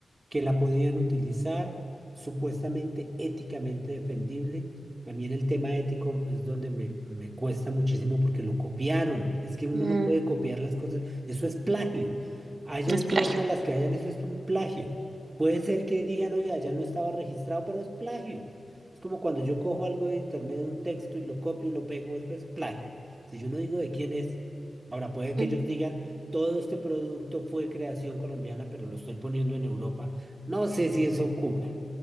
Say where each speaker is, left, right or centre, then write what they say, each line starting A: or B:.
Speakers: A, on the right; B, on the right.
A: que la podían utilizar, supuestamente éticamente defendible. A mí en el tema ético es donde me, me cuesta muchísimo porque lo copiaron. Es que uno
B: Mm,
A: no puede copiar las cosas. Eso es plagio. Hayan
B: es plagio.
A: normas las que hayan, eso es un plagio. Puede ser que digan, oye, ya no estaba registrado, pero es plagio. Es como cuando yo cojo algo de internet, un texto y lo copio y lo pego, eso es plagio. Si yo no digo de quién es, ahora puede que
B: Mm.
A: ellos digan, todo este producto fue creación colombiana, pero lo estoy poniendo en Europa. No sé si eso cubra,